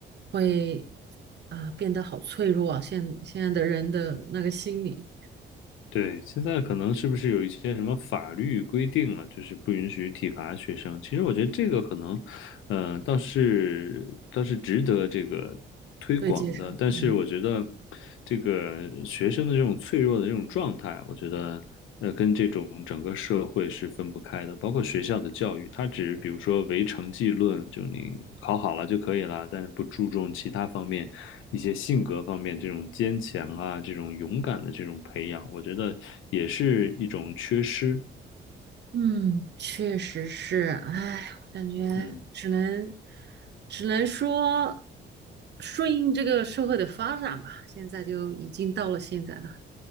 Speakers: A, on the right; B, on the left.
A: 会啊、变得好脆弱啊，现现在的人的那个心理
B: 对，现在可能是不是有一些什么法律规定了，就是不允许体罚学生？其实我觉得这个可能，呃，倒是倒是值得这个推广的。
A: 可以接受，
B: 但是我觉得
A: 嗯
B: 这个学生的这种脆弱的这种状态，我觉得。呃，跟这种整个社会是分不开的，包括学校的教育，它只比如说唯成绩论，就你考好了就可以了，但是不注重其他方面，一些性格方面这种坚强啊，这种勇敢的这种培养，我觉得也是一种缺失。
A: 嗯，确实是，哎，我感觉只能
B: 嗯
A: 只能说顺应这个社会的发展吧，现在就已经到了现在了，